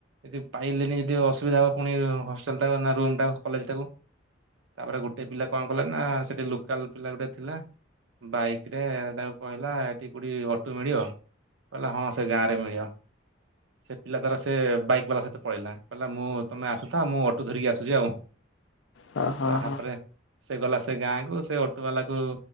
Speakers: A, on the right; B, on the left.
A: ଯଦି ପାଇଲେନି ଯଦି ଅସୁବିଧା ହବ ପୁଣି ହଷ୍ଟେଲ୍ ଟା ନା ରୁମ୍ ଟା କଲେଜ୍ ଟାକୁ ତାପରେ ଗୋଟେ ପିଲା କଣ କଲା ନା ସେଠି ଲୋକାଲ ପିଲା ଗୋଟେ ଥିଲା। ବାଇକ୍ ରେ ତାକୁ କହିଲା ଏଠି କୋଉଠି ଅଟୋ ମିଳିବ? କହିଲା ହଁ ସେ ଗାଁ ରେ ମିଳିବ। ସେ ପିଲା ତାର ସେ ବାଇକ୍ ବାଲା ସହିତ ପଳେଇଲା କହିଲା ମୁଁ ତୁମେ ଆସୁଥା ମୁଁ ଅଟୋ ଧରିକି ଆସୁଛି ଆଉ।
B: ହଁ ହଁ
A: ତା ହାତରେ
B: ହଁ
A: ସେ ଗଲା ସେ ଗାଁକୁ ସେ ଅଟୋବାଲା କୁ